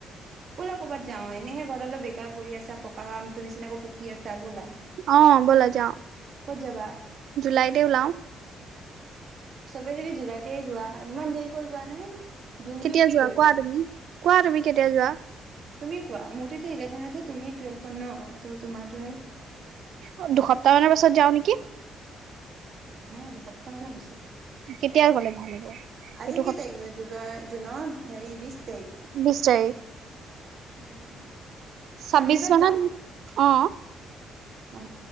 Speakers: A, on the right; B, on the right.
A: অোলে ক'ৰবাত যাওঁ এনেহে ঘৰত অল বেকাৰ পৰি আছা পকা। ত নিচিাক পকি আছা বলা।
B: অ ব'ল যা
A: ক'ত যাবা
B: জুুলাইতউলা।
A: চবেই যদি জলাইতে যোৱা ইমান দেৰি কৰি যোৱা নে। জুনটোত
B: কেতিয়া
A: কি
B: যোৱা
A: কৰিবা?
B: কোৱা তুমি কোৱা তুমি কেতিয়া যোৱা।
A: তুমি কোৱা মোৰতো এতি ইলেভনহে তুমি টুৱেলভখন ন। ত' তোমাৰটোহে
B: অ দুসপ্তাহ মানৰ পাছত যাওঁ নেকি।
A: হে দুসপ্তাহ মানৰ পিছত।
B: কেতিয়া গ'লে ভাল হ'ব।
A: আজি
B: এইটো
A: কেই তাৰিখ নো জুলাই। জোনৰ হেৰি বিশ। তাৰিখ।
B: নিশ্চয়।
A: উম।
B: ছাব্বিশ
A: চানডে এটাত
B: জনৰ
A: যাম
B: অ।
A: অ